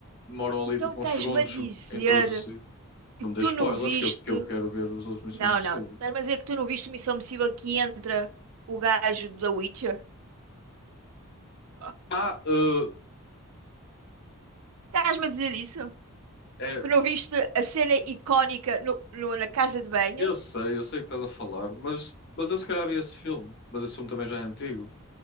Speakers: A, on the left; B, on the right.
A: demoram ali
B: Então
A: tipo
B: estás-me
A: uns segundos
B: a dizer
A: a introduzir.
B: que
A: Não
B: tu
A: me dê spoilers,
B: não viste.
A: que eu, que eu quero ver os outros Missão
B: Não,
A: Impossível.
B: não. Estás-me a dizer que tu não viste Missão Impossível que entra o gajo da Witcher? <laughs>
A: Ah, uh,
B: Estás-me a dizer isso?
A: é,
B: Que não viste a cena icónica no, no- na casa de banho?
A: eu sei, eu sei o que estás a falar, mas, mas eu se calhar vi esse filme. Mas esse filme também já é antigo.